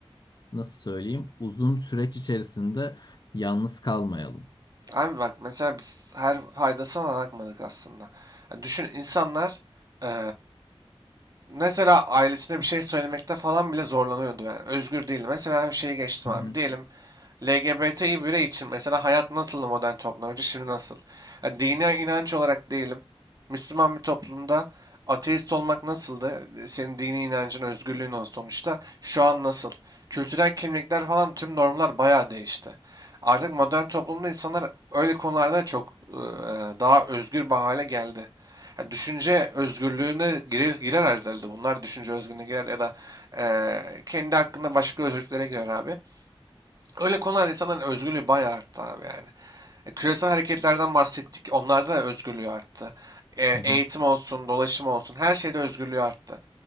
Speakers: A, on the left; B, on the right.
A: nasıl söyleyeyim uzun süreç içerisinde yalnız kalmayalım.
B: Abi bak mesela biz her faydasına da bakmadık aslında. Yani düşün insanlar e, mesela ailesine bir şey söylemekte falan bile zorlanıyordu yani. Özgür değildi. Mesela şeyi geçtim
A: Hı
B: abi.
A: hı.
B: Diyelim LGBTİ birey için mesela hayat nasıldı modern toplumda önce şimdi nasıl? Yani dini inanç olarak diyelim. Müslüman bir toplumda ateist olmak nasıldı? Senin dini inancın, özgürlüğün o sonuçta. Şu an nasıl? Kültürel kimlikler falan tüm normlar bayağı değişti. Artık modern toplumda insanlar öyle konularda çok e, daha özgür bir hale geldi. Ya düşünce özgürlüğüne girer, girer herhalde. Bunlar düşünce özgürlüğüne girer ya da eee, kendi hakkında başka özgürlüklere girer abi. Öyle konularda insanların özgürlüğü bayağı arttı abi yani. E, küresel hareketlerden bahsettik. Onlarda da özgürlüğü arttı. E, eğitim
A: Hı hı.
B: olsun, dolaşım olsun her şeyde özgürlüğü arttı.